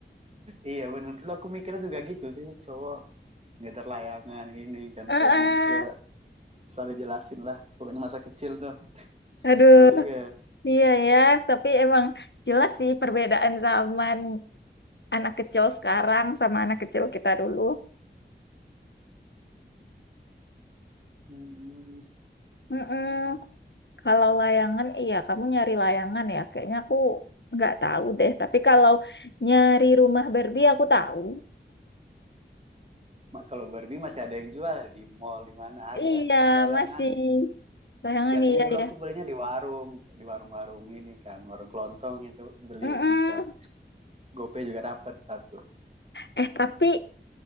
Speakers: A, on the right; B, on the left.
A: Iya bener. Dulu aku mikirnya juga gitu sih. Cowok ngejar layangan ini kan
B: Heeh.
A: pengen. Ya, usah jelasin lah. Pokoknya masa kecil tuh.
B: Aduh,
A: Seru juga ya.
B: iya ya, tapi emang jelas sih perbedaan zaman anak kecil sekarang sama anak kecil kita dulu.
A: Hmm.
B: Mm-mm. Kalau layangan, iya kamu nyari layangan ya. Kayaknya aku nggak tahu deh. Tapi kalau nyari rumah Barbie aku tahu.
A: Ma- Kalau Barbie masih ada yang jual di mall di mana ada
B: Iya
A: layangan
B: masih
A: nih.
B: layangan
A: Biasanya
B: iya
A: dulu
B: ya.
A: aku belinya di warung, di warung-warung ini kan, warung kelontong itu beli
B: Mm-mm.
A: bisa. GoPay juga dapat satu.
B: Eh tapi